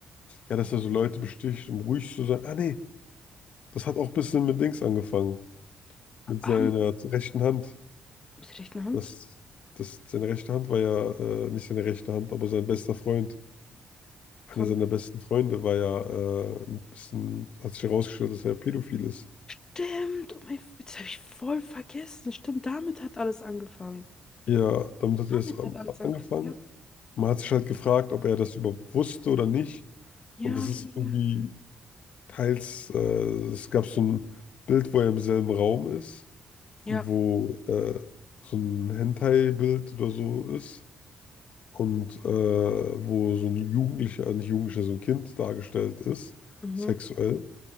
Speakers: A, on the left (about 65°); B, on the left (about 30°).
A: ja, dass er so Leute besticht, um ruhig zu sein. Ah nee, das hat auch ein bisschen mit Dings angefangen, mit seiner
B: Ähm,
A: rechten Hand.
B: mit der rechten Hand?
A: Das, das, seine rechte Hand war ja äh, nicht seine rechte Hand, aber sein bester Freund, einer
B: Von.
A: seiner besten Freunde, war ja äh, ein bisschen, hat sich herausgestellt, dass er pädophil ist.
B: Stimmt, oh mein, das habe ich voll vergessen. Stimmt, damit hat alles angefangen.
A: Ja, damit hat
B: Damit
A: er es am-
B: hat alles angefangen.
A: angefangen.
B: Ja,
A: Man hat sich halt gefragt, ob er das überhaupt wusste oder nicht.
B: ja,
A: Und das ist
B: ja. Ja,
A: irgendwie teils, äh, es gab so ein Bild, wo er im selben Raum ist und
B: Ja,
A: wo äh, so ein Hentai-Bild oder so ist. Und äh, wo so ein Jugendlicher, äh, nicht Jugendlicher, so ein Kind dargestellt ist,
B: mhm.
A: sexuell.